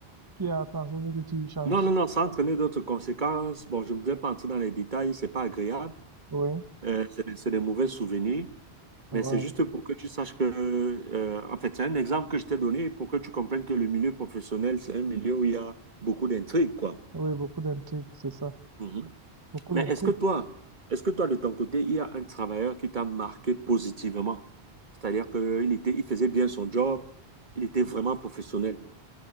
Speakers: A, on the right; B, on the right.
A: qui a fait en sorte que tu changes.
B: Non, non, non, ça a entraîné d'autres conséquences. Bon, je ne voudrais pas entrer dans les détails, c'est pas agréable.
A: Oui,
B: Euh, c'est des c'est des mauvais souvenirs.
A: ouais.
B: Mais c'est juste pour que tu saches que, euh, en fait, c'est un exemple que je t'ai donné pour que tu comprennes que le milieu professionnel, c'est un milieu où il y a beaucoup d'intrigues, quoi.
A: Oui, beaucoup d'intrigues, c'est ça.
B: Mhm.
A: Beaucoup
B: Mais
A: d'intrigues.
B: est-ce que toi, est-ce que toi, de ton côté, il y a un travailleur qui t'a marqué positivement? C'est-à-dire qu'il était, il faisait bien son job, il était vraiment professionnel.